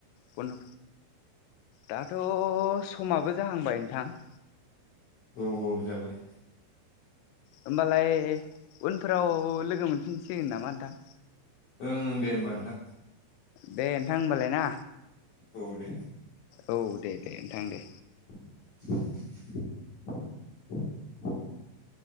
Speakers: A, on the left (about 85°); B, on the left (about 50°).
A: बन दाथ' समाबो जाहांबाय नोंथां
B: औ औ जाबाय।
A: होमबालाय उनफोराव लोगो मोनफिनसिगोन नामा नोंथां
B: ओं ओं दे होमबा नोंथां।
A: दे नोंथां होमबालाय ना
B: औ दे
A: औ दे दे नोंथां दे
B: <inaudible>